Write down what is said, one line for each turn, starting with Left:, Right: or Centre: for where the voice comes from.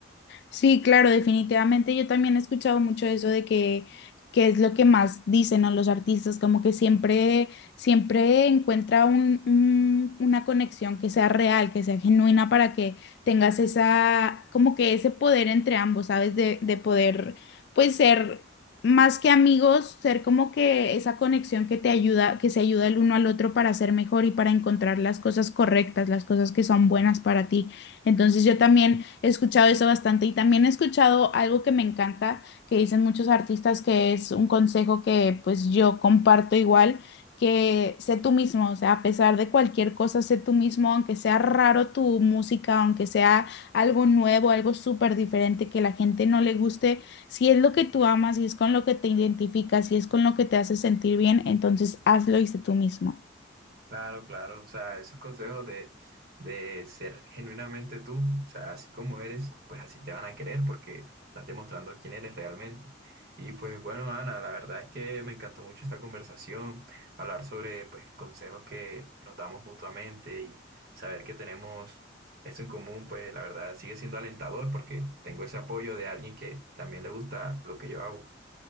Left: Sí, claro, definitivamente. Yo también he escuchado mucho eso de que, que es lo que más dicen a los artistas, como que siempre, siempre encuentra un- un- una conexión que sea real, que sea genuina para que tengas esa, como que ese poder entre ambos, ¿sabes? De, de poder, pues, ser más que amigos, ser como que esa conexión que te ayuda, que se ayuda el uno al otro para ser mejor y para encontrar las cosas correctas, las cosas que son buenas para ti. Entonces yo también he escuchado eso bastante y también he escuchado algo que me encanta, que dicen muchos artistas, que es un consejo que pues yo comparto igual, que sé tú mismo, o sea, a pesar de cualquier cosa, sé tú mismo, aunque sea raro tu música, aunque sea algo nuevo, algo súper diferente que la gente no le guste, si es lo que tú amas, si es con lo que te identificas, si es con lo que te hace sentir bien, entonces hazlo y sé tú mismo.
Right: Claro, claro, o sea, esos consejos de, de ser genuinamente tú, o sea, así como eres, pues así te van a querer porque estás demostrando quién eres realmente. Y pues bueno, Ana, la verdad es que me encantó mucho esta conversación, hablar sobre pues consejos que nos damos mutuamente y saber que tenemos esto en común, pues la verdad sigue siendo alentador porque tengo ese apoyo de alguien que también le gusta lo que yo hago.